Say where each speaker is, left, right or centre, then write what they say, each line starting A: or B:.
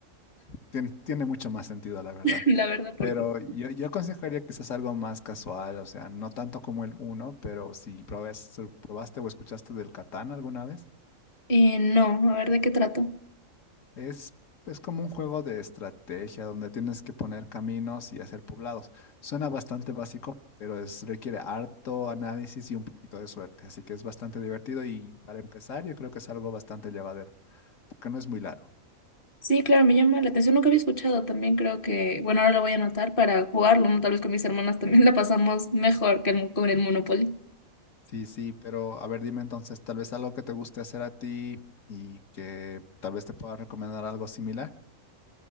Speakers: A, on the left (about 70°); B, on the left (about 45°).
A: Tien- tiene mucho más sentido, la verdad.
B: <laughs> la verdad, porque.
A: Pero yo, yo aconsejaría quizás algo más casual, o sea, no tanto como el uno, pero si probes- probaste o escuchaste del Catán alguna vez,
B: Eh, no, a ver de qué trato.
A: es, es como un juego de estrategia donde tienes que poner caminos y hacer poblados. Suena bastante básico, pero es, requiere harto análisis y un poquito de suerte, así que es bastante divertido y para empezar yo creo que es algo bastante llevadero, porque no es muy largo.
B: Sí, claro, me llama la atención. Nunca había escuchado también, creo que, bueno, ahora lo voy a anotar para jugarlo, ¿no? Tal vez con mis hermanas también <laughs> la pasamos mejor que el- con el Monopoly.
A: Sí, sí, pero a ver, dime entonces, tal vez algo que te guste hacer a ti y que tal vez te pueda recomendar algo similar.